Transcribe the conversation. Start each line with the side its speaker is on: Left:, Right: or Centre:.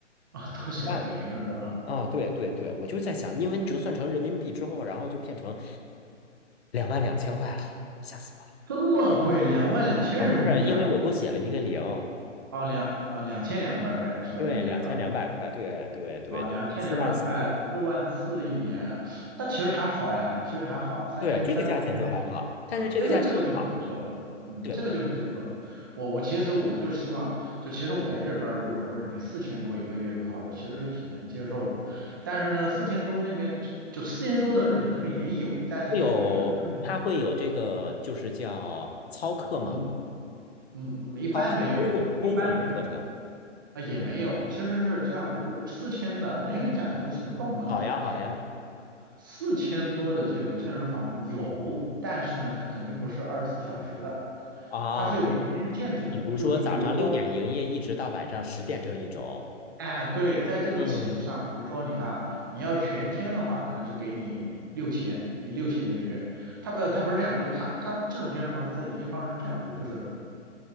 Right: 啊，多写了个零是多少？
Left: 万啊，对对对，我就在想，因为折算成人民币之后，然后就变成两万两千块了，吓死
Right: 这么贵，两万两千人民币啊？
Left: 我了啊！不是，因为我多写了一个零，
Right: 哦两哦两千两百块是吧？
Left: 对，
Right: 一年是吧？
Left: 两千两百块，对对对，
Right: 啊，
Left: 对四万四，
Right: 两千两百块，四万四一年，那其实还好呀，其实还好，三千三四千，
Left: 对，这个价钱就还好，但是这个价钱好，
Right: 啊，这个这个就能接受了，嗯，
Left: 对，
Right: 这个就能接受了。我我其实我就是希望，就其实我在这边儿如果说是你四千多一个月的话，我其实是挺能接受的。但是呢，四千多那边就就四千多的日本这边也有，但是它有一个致命，
Left: 会有它会有这个就是叫操课吗？
Right: 嗯嗯，嗯一般没有的，
Left: 超课，公共公共的课程。
Right: 一般没有。啊，也没有，其实是这样子，就是四千的，我先给你讲一下是什么状况，
Left: 好呀，
Right: 就是
Left: 好呀。
Right: 四千多的这个健身房有，但是呢，它肯定不是二十四小时的，
Left: 啊，
Right: 它是有时间限制的。
Left: 比如说早上六点营业，
Right: 就你比如说，
Left: 一直到晚上十点这一种。
Right: 哎，对，在这个基础上，
Left: 嗯，
Right: 比如说你看啊，你要全天的话，可能是给你六千，你六千一个月。它不，它不是这样，就是它它这种健身房呢，它的营业方式是这样子的，就是